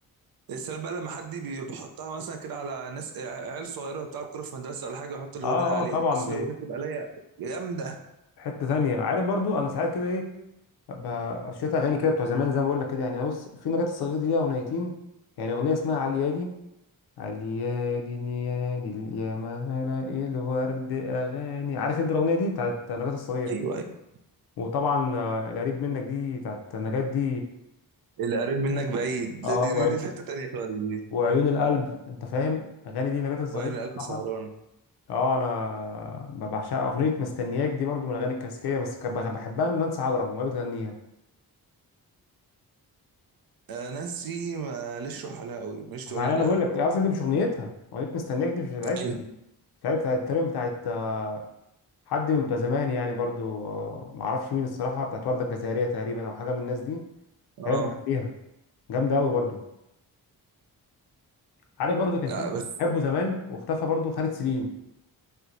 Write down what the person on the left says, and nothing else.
اه
اه طبعا
حته تانية عارف برضو انا ساعات كده ايه ببقى شويه اغاني كده بتوع زمان زي ما بقول لك كده يعني أنا بص في نجاة الصغير دي لها اغنيتين يعني اغنيه اسمها عليادي عليادي نيادي يا مهر الورد اغاني عارف انت الاغنيه دي بتاعت نجاة الصغير
وطبعا آه، القريب منك دي بتاعت نجاة دي
اه
وع-
وعيون القلب انت فاهم اغاني دي نجاة الصغير
بصراحه
اه انا بعشقها اغنيه مستنياك دي برضو من الاغاني الكلاسيكيه بس كنت بحبها من نانسي عجرم وهي بتغنيها
معايا
انا بقول
لك
هي اصلا دي مش اغنيتها اغنيه مستنياك دي مش بتاعتها
دي مش عارف بتاعت تقريبا بتاعت آه، حد من بتوع زمان يعني برضو آه، ما اعرفش مين الصراحه بتاعت ورده الجزائريه تقريبا او حاجه من الناس دي
هي اللي بتغنيها جامده قوي برضو عارف برضو كان
في مطرب
بحبه زمان واختفى برضو خالد سليم